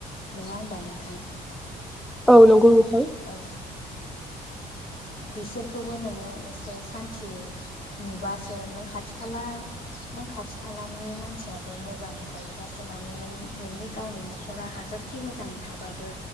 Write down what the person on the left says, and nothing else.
नङा होमबा नोंथां?
औ। बिसोरखौबो नोङो एसे सान्थियै नुबासो नों खाथि खाला नों खाथि खालानि मानसियाबो मोजाङै थायोबासो माने नों नोंनि गावनि न'खरा हाजार खि मोजां थाबाबो